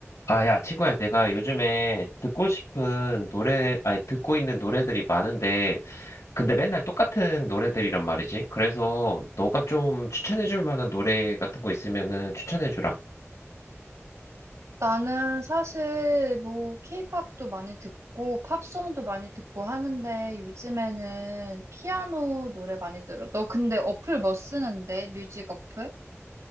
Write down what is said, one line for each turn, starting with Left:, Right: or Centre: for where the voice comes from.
Left: 아, 야, 친구야, 내가 요즘에 듣고 싶은 노래, 아니, 듣고 있는 노래들이 많은데, 근데 맨날 똑같은 노래들이란 말이지. 그래서 너가 좀 추천해줄 만한 노래 같은 거 있으면은 추천해주라.
Right: 나는 사실 뭐 케이팝도 많이 듣고 팝송도 많이 듣고 하는데 요즘에는 피아노 노래 많이 들어. 너 근데 어플 뭐 쓰는데? 뮤직 어플?